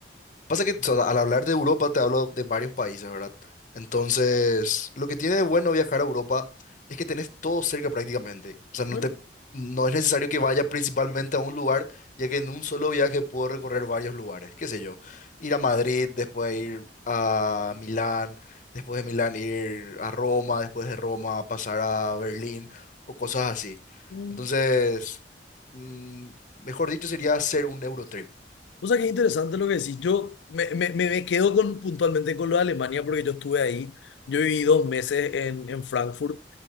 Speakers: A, on the left; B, on the left.
A: Pasa que o sea, al hablar de Europa te hablo de varios países, ¿verdad? Entonces, lo que tiene de bueno viajar a Europa es que tenés todo cerca prácticamente. O sea, no
B: Bueno,
A: te, no es necesario que vaya principalmente a un lugar, ya que en un solo viaje puedo recorrer varios lugares. Qué sé yo, ir a Madrid, después ir a Milán, después de Milán ir a Roma, después de Roma pasar a Berlín o cosas así.
B: mm.
A: Entonces, mm, mejor dicho, sería hacer un Eurotrip.
B: O sea, qué interesante lo que decís. Yo me, me, me- me quedo con, puntualmente con lo de Alemania porque yo estuve ahí. Yo viví dos meses en, en Frankfurt